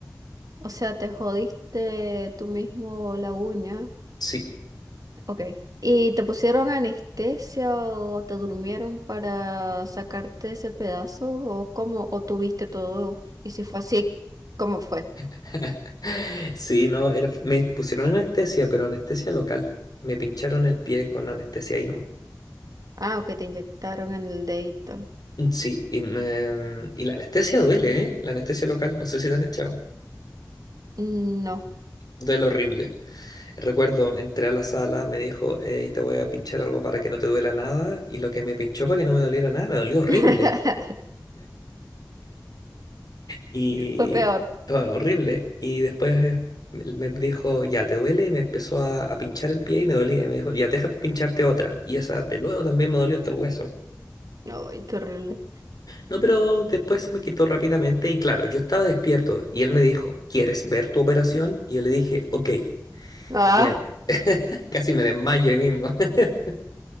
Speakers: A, on the right; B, on the left.
A: O sea, te jodiste tú mismo la uña
B: Sí.
A: Ok. ¿Y te pusieron anestesia o te durmieron para sacarte ese pedazo? ¿O cómo? ¿O tuviste todo? Y si fue así, ¿cómo fue?
B: <laughs> Sí, no, era- me pusieron anestesia, pero anestesia local. Me pincharon el pie con anestesia ahí nomás.
A: Ah, ok, te inyectaron en el dedito.
B: Mm, Sí, y, me- y la anestesia duele, ¿eh? La anestesia local, no sé si te han echado.
A: Mm, No.
B: Duele horrible. Recuerdo, entré a la sala, me dijo, hey, te voy a pinchar algo para que no te duela nada. Y lo que me pinchó para que no me doliera nada, me dolió horrible.
A: <laughs>
B: Y
A: Fue peor.
B: todo horrible. Y después eh, me me dijo, ya, ¿te duele? Y me empezó a, a pinchar el pie y me dolía. Y me dijo, ya, deja pincharte otra. Y esa de nuevo también me dolió hasta el hueso.
A: Ay, qué horrible.
B: No, pero después se me quitó rápidamente y claro, yo estaba despierto. Y él me dijo, ¿quieres ver tu operación? Y yo le dije, ok.
A: Ah.
B: Y eh, <laughs> casi me desmayo ahí mismo. <laughs>